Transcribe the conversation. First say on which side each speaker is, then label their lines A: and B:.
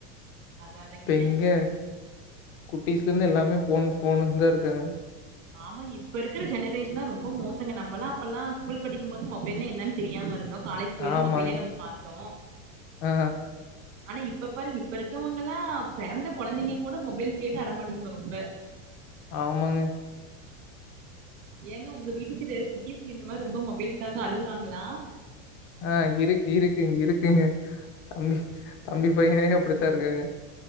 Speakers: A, on the right; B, on the left.
A: அதா அதாங்க
B: இப்ப
A: என்ன
B: எங்க குட்டிஸ்லருந்து எல்லாமே ஃபோனு ஃபோனுன்தா இருக்காங்க
A: ஆமாங்க இப்ப இருக்குற ஜெனரேஷனா ரொம்ப மோசங்க நம்மல்லா அப்பல்லா ஸ்கூல் படிக்கும்போது மொபைல்லா என்னன்னு தெரியாம இருந்தோ காலேஜ் போயிதா
B: ஆமாங்க.
A: மொபைலே நம்ம போயி பாத்தோ
B: ஆ
A: ஆனா இப்ப பாருங்க இப்ப இருக்கவங்கல்லா பிறந்த கொழந்தைங்க கூட மொபைல் கேட்டு அட பண்ணுதுங்க ரொம்ப
B: ஆமாங்க
A: ஏங்க ஒங்க வீட்டுகிட்ட குட்டீஸ் இந்த மாதிரி ரொம்ப மொபைலுக்காக அழுவுறாங்ளா
B: ஆ இருக்கு இருக்குங் இருக்குங்க தம்பி தம்பி பையனே அப்படித்தா இருக்காங்க